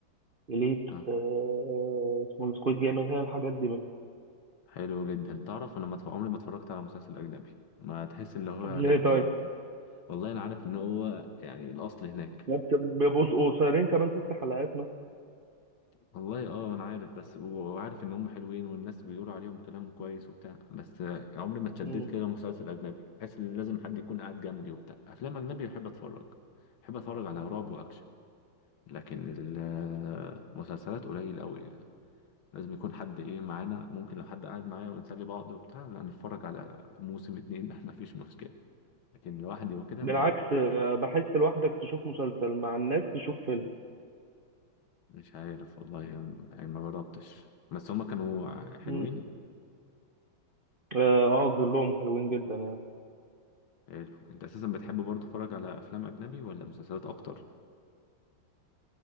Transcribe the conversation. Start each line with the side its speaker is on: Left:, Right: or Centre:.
Right: إليت
Left: اه
Right: آه، اسمه إيه، سكويد جيم هي الحاجات دي مثلا
Left: حلو جدا تعرف انا ما اتف- عمري ما اتفرجت على مسلسل اجنبي ما تحس اللي هو
Right: طب ليه
Left: لا
Right: طيب
Left: ما والله انا عارف ان هو يعني الاصل هناك
Right: يعني بت- بيبقوا قصيرين كمان ست حلقات مثلا
Left: والله اه انا عارف بس و- وعارف ان هم حلوين والناس بيقولوا عليهم كلام كويس وبتاع بس آه، عمري ما اتشددت
Right: مم.
Left: كده مسلسل اجنبي بحس ان لازم حد يكون قاعد جنبي وبتاع افلام اجنبي بحب اتفرج بحب اتفرج على رعب واكشن لكن المسلسلات قليل قوي لازم يكون حد ايه معانا ممكن لو حد قاعد معايا ونسلي بعض وبتاع لا نتفرج على موسم اتنين <laughs> ما فيش مشكلة لكن لوحدي وكده
Right: بالعكس
Left: ما
Right: آه، بحس لوحدك تشوف مسلسل مع الناس تشوف فيلم
Left: مش عارف والله يعني ما جربتش بس هما كانوا حلوين
Right: مم. اه آه، كلهم حلوين جدا يعني
Left: حلو انت اساسا بتحب برضه تتفرج على افلام اجنبي ولا مسلسلات اكتر